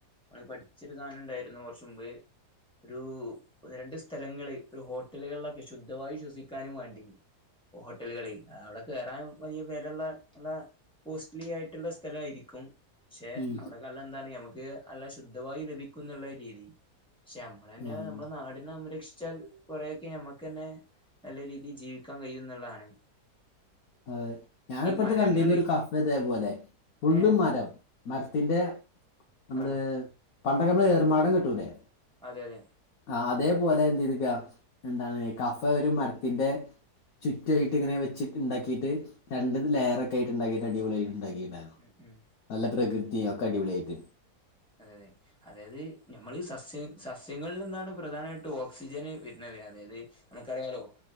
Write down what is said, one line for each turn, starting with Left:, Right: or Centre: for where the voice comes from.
Centre: നമ്മ പഠിച്ചൊരു സാധനം ഇ ണ്ടായിരുന്നു കൊർച്ച് മുമ്പ് ഒരു ഒന്ന് രണ്ട് സ്ഥലങ്ങള് ഒരു ഹോട്ടലുകളിലൊക്കെ ശുദ്ധവായു ശ്വസിക്കാനും വേണ്ടി ഹോട്ടലുകളി അവടെ കേറാൻ വലിയ വെലള്ള എല്ല കോസ്റ്റ്ലി ആയിട്ട്ള്ള സ്ഥലവായിരിക്കും പക്ഷെ
Left: ഉം
Centre: അവിടെക്കെല്ലാം എന്താണ് നമക്ക് അല്ല ശുദ്ധവായു ലഭിക്കും ന്നുള്ള രീതി ക്ഷേ നമ്മള തന്നെ
Left: ആഹ്
Centre: നമ്മുടെ നാടിനെ സംരക്ഷിച്ചാൽ കൊറേയൊക്കെ ഞമ്മക്കന്നെ നല്ല രീതിയിൽ ജീവിക്കാൻ കഴിയുംന്ന്ള്ളതാണ്
Left: അതെ ഞാന്പ്പട്ത്
Centre: മരങ്ങള്
Left: കണ്ടിന്നൊരു കഫെ ഇതേ പോലെഫുള്ള്
Centre: ഏഹ്
Left: മരം മരത്തിന്റെ നമ്മള്
Centre: ആഹ്
Left: പണ്ടക്കമ്മള് ഏർമാടം കെട്ടൂലേ
Centre: അതെ യതെ
Left: ആ അതേപോലെ എന്ത് ചെയ്തിക്ക എന്താണ് കഫെ ഒരു മരത്തിന്റെ ചുറ്റുഅയ്ട്ട്ങ്ങനെ വെച്ച് ണ്ടാക്കിട്ട് രണ്ട് ണലെയറൊക്കാക്കിറ്റ്
Centre: ഉം
Left: ണ്ടാക്കിട്ട് അടിപൊളി ആയിട്ട്ണ്ടാക്കി ഇണ്ടായിരുന്നു
Centre: ഉം ഉം
Left: നല്ല പ്രകൃതി ഒക്കടിപൊളിയായിട്ട്
Centre: അതെ അതെ അതായത് നമ്മളീ സസ്യ സസ്യങ്ങളിൽ നിന്നാണ് പ്രധാനമായിട്ട് ഓക്സിജന് വര്ന്നത് അതായത് നമുക്കറിയാലോ